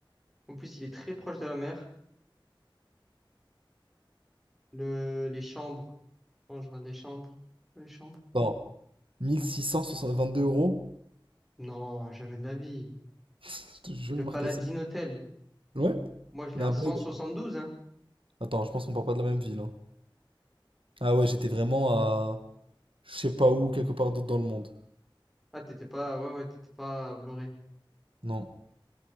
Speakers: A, in the centre; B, on the right (about 80°).
A: En plus, il est très proche de la mer. Le, les chambres. Quand je regarde les chambres. Les chambres?
B: Attends. 1622 euros?
A: Non, jamais de la vie.
B: <laughs> Je te jure,
A: Le
B: j'ai
A: Paladine
B: marqué ça.
A: Hotel.
B: Ouais?
A: Moi, je l'ai
B: Il
A: à
B: y a un bug.
A: 172, hein.
B: Attends, je pense qu'on part pas de la même ville. hein. Ah ouais, j'étais vraiment à. Je sais pas où, quelque part d'autre dans le monde.
A: Ah, t'étais pas, ouais, ouais, t'étais pas à Vloré.
B: Non.